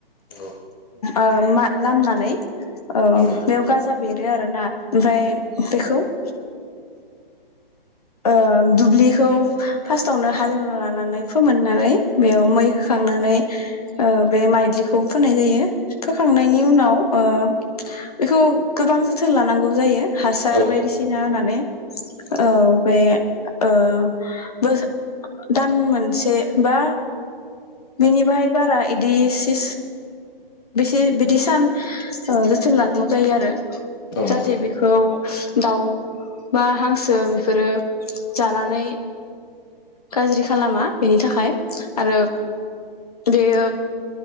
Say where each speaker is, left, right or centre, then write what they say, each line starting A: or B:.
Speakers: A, on the left; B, on the left.
A: औ
B: ओ लामनानै औ बेयाव
A: नंगौ
B: गाजा बेरो आरोना ओमफ्राय बेखौ <inaudible> ओ दुब्लिखौ फार्स्टावनो हाल एवना लानानै फोमोननानै बेयाव मै होखांनानै बे माइलिखौ फोननाय जायो फोखांनायनि उनाव ओ बेखौ गोबां जोथोन लानांगौ जायो हासार
A: औ
B: बायदिसिना होना
A: नंगौ
B: <inaudible> औ ओ <unintelligible> दान मोनसे बा बेनि बाहाय बारा यिदि सि बेसे बिदि सान जोथोन लानांगौ जायो आरो जाहाथे
A: औ नंगौ
B: बेखौ दाउ बा हांसो बेफोरो जानानै गाज्रि खालामा बेनि थाखाय आरो बेयो